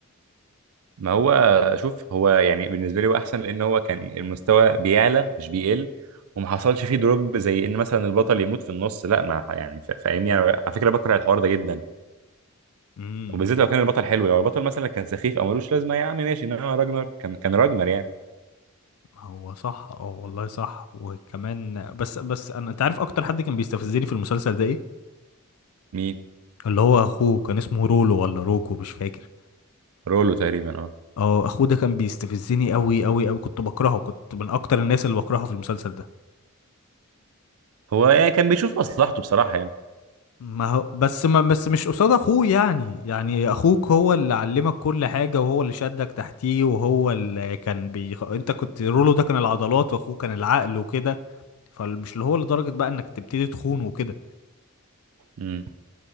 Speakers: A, on the right; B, on the left.
A: ما هو شوف هو يعني بالنسبه لي هو احسن لان هو كان المستوى بيعلى مش بيقل وما حصلش فيه دروب زي ان مثلا البطل يموت في النص لا ما ح- يعني فا- فاهمني انا على فكره بكره الحوار ده جدا
B: امم
A: وبالذات لو كان البطل حلو لو البطل مثلا كان سخيف او ملوش لازمه يا عم ماشي انما راجنر كان كان راجنر يعني
B: هو صح اه والله صح وكمان بس بس انا انت عارف اكتر حد كان بيستفزني في المسلسل ده ايه
A: مين
B: اللي هو اخوه كان اسمه رولو ولا روجو مش فاكر
A: رولو تقريبا اه
B: اه اخوه ده كان بيستفزني قوي قوي قوي كنت بكرهه كنت من اكتر الناس اللي بكرهها في المسلسل ده
A: هو يعني كان بيشوف مصلحته بصراحه يعني
B: ما هو بس ما بس مش قصاد اخوه يعني يعني اخوك هو اللي علمك كل حاجة وهو اللي شدك تحتيه وهو اللي كان بيخ... انت كنت رولو ده كان العضلات واخوه كان العقل وكده فمش اللي هو لدرجة بقى انك تبتدي تخون وكده
A: امم